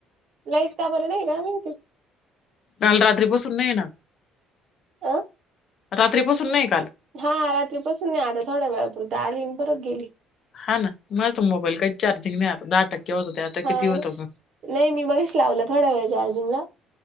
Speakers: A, on the right (about 50°); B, on the left (about 45°).
A: लाईट का बर नाही का माहिती
B: काल रात्री पासून नाही ना
A: अ..
B: रात्रीपासून नाही काल
A: हा.. रात्रीपसून नाही आली थोड्या वेळापुरत आली आणि परत गेली.
B: हा.. ना.. माझं तर मोबाईल काही चार्जिंग नाही आता दहा टक्के होत ते आता
A: हा
B: किती होतंय
A: नाही मी मगाशी लावलं थोड्या वेळ चार्जिंग लाव.